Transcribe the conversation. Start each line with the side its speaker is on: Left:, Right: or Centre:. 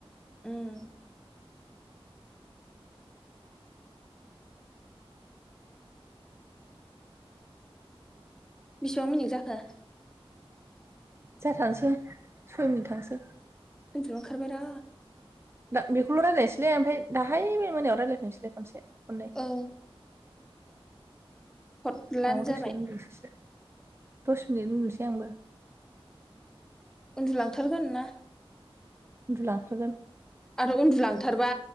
Centre: उम्म। बेसेबां मिनिक जाखो।
Right: जाथारनोसै सय मिनिट थांसै।
Centre: उन्दुनो ओंखार बायरा।
Right: दा बेखौल रायजलायनोसैलै ओमफ्राय दाहाय मोनायाव रायलायफैनोसैलाय खनसे खनै।
Centre: ओं हरलानो
Right: आंबो दसे
Centre: जाबाय
Right: ओन्दुनोसैसो दस मिनिट ओन्दुनोसै आंबो।
Centre: उन्दुलांथारगोन ना
Right: उन्दुलांथारगोन।
Centre: आरो उन्दुलांथारबा